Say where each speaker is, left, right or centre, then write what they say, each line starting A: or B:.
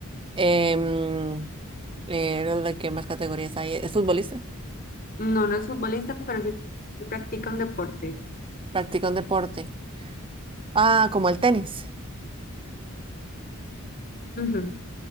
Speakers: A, on the right; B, on the left.
A: Em, eh, ¿de qué más categorías hay? ¿Es futbolista?
B: No, no es futbolista, pero sí practica un deporte.
A: ¿Practica un deporte? Ah, como el tenis.
B: Ujú.